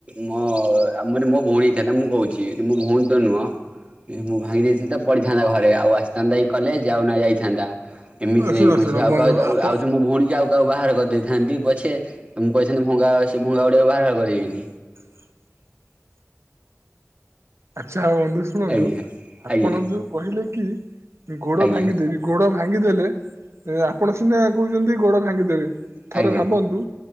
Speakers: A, on the right (about 20°); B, on the right (about 60°).
A: ମୋ ଆମର ମୋ ଭଉଣୀ ହେଇଥାନ୍ତା ମୁଁ କହୁଛି। ମୋ ଭଉଣୀ ତ ନୁହଁ ମୁଁ ଭାଙ୍ଗି ଦେଇଥିଲି ତ ପଡିିଥାନ୍ତା ଘରେ ଆଉ ଆସିଥାନ୍ତା କି କଲେଜ ଆଉ ନା ଯାଇଥାନ୍ତା। ଏମିତି
B: ଆଉ
A: ରେ
B: ଶୁଣ
A: ମଣିଷ।
B: ଶୁଣ
A: <unintelligible>
B: ବନ୍ଧୁ ଆପ
A: ପୁଣିକି ଆଉ କାହାକୁ ବାହାଘର କରିଦେଇଥାନ୍ତି ପଛେ, ମୁଁ କହିଥାନ୍ତି ଭଙ୍ଗା ସେ ଭଙ୍ଗା ଗୁଡିଆ କୁ ବାହାଘର କରିବିନି।
B: <inaudible> ଆଚ୍ଛା ବନ୍ଧୁ ଶୁଣନ୍ତୁ
A: ଆଜ୍ଞା
B: ଆପଣ
A: ଆଜ୍ଞା
B: ଯୋଉ କହିଲେ କି ଗୋଡ
A: ଆଜ୍ଞା।
B: ଭାଙ୍ଗିଦେବି ଗୋଡ ଭାଙ୍ଗିଦେଲେ ଆପଣ ସିନା କହୁଛନ୍ତି ଗୋଡ ଭାଙ୍ଗିଦେବେ
A: ଆଜ୍ଞା
B: ଥରେ ଭାବନ୍ତୁ